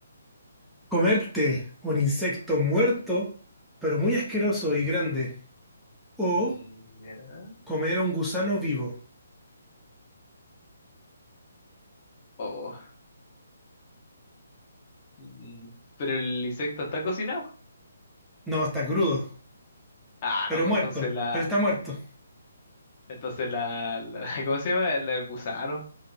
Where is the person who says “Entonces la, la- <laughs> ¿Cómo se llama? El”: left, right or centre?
Left